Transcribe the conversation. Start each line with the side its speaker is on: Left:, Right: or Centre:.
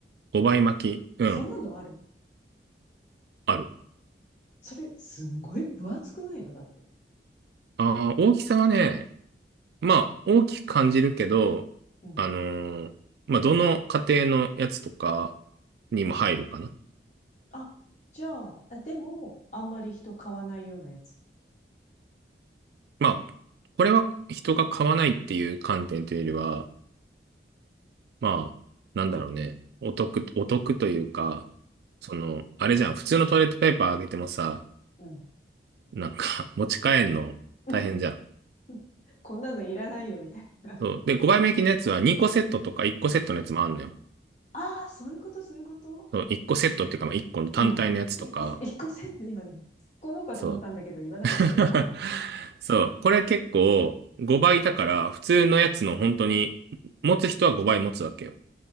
Right: 5倍巻き。うん。
Left: そんなのある
Right: ある。
Left: それ、すんごい分厚くないのだって。
Right: ああ、大きさはね、まあ、大きく感じるけど、
Left: うん。
Right: あのーまあ、どの家庭のやつとかにも入るかな。
Left: あ、じゃあ、あでも、あんまり人買わないようなやつ。
Right: まあ、これは人が買わないっていう観点というよりは、まあ、
Left: うん。
Right: なんだろうね。お得、お得というか、その、あれじゃん。普通のトイレットペーパーあげてもさ、
Left: うん。うん
Right: なんか <laughs> 持ち帰るの大変じゃん。
Left: <laughs> こんなのいらないよ、みたいな。
Right: そう。で、5倍目焼きのやつは2個セットとか1個セットのやつもあんのよ。
Left: ああ、そういうこと、そういうこと
Right: そう、1個セットっていうか、まあ1個の単体のやつとか、
Left: うん。一個、一個セット、今ね、突っ込もうかと思ったんだけど、
Right: そう。
Left: 言わなかったよ。
Right: <laughs> そう。これ結構5倍だから、普通のやつの本当に、持つ人は5倍持つわけよ。